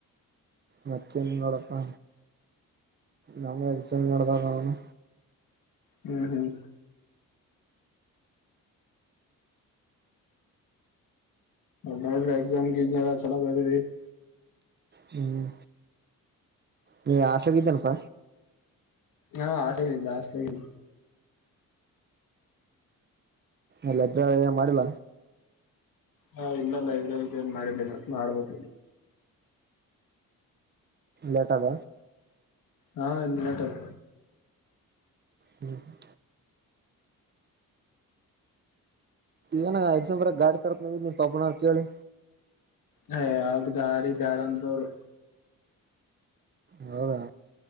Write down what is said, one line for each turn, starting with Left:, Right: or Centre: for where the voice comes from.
Right: ಮತ್ತೆೇನ್ ನೋಡಪ್ಪ ನಮಸ ನೋಡ್ದಾಗ ಅವನು
Left: ಹ್ಮ್ ಹ್ಮ್ ದ ಎಾಮ ಜ ಚಲ ರೀ <inaudible>
Right: ಹ್ಮ್ ನೀ ಹಾಸ್ಟೆಲ್ ಆಗ ಎದ್ದೇನಪ್ಪ
Left: ಹಾ ಹಾಸ್ಟೆಲ್ ಗ್ ಇದ್ದೆ ಹಾಸ್ಟೆಲ್ ಆಗ
Right: ಎಲ್ಲದ ಏ ಮಾಡಲ
Left: ಹಾ ಇಲ್ಲಲ್ಲ ಇ ಏನ್ ಮಾಡಿಲ್ಲಿಲ್ಲ ಮಾಡ್ಬೇಕ
Right: ಲೆಟ್ ಆದ
Left: ಹಾ ಇನ್ಲಟದು
Right: ಹ್ಮ್ ಹ್ಮ ಏನ ಎಕ್ಸಾಪಲ್ ಗಾಡಿ ತರತ್ ನೀನ್ ಪಾಪನವರು ಕೇಳಿ
Left: ಹ ಯಾವ್ದ್ ಗಾಡಿ ಬ್ಯಾಡ ಅಂದ್ರ ಅವರು
Right: ಹೌದಾ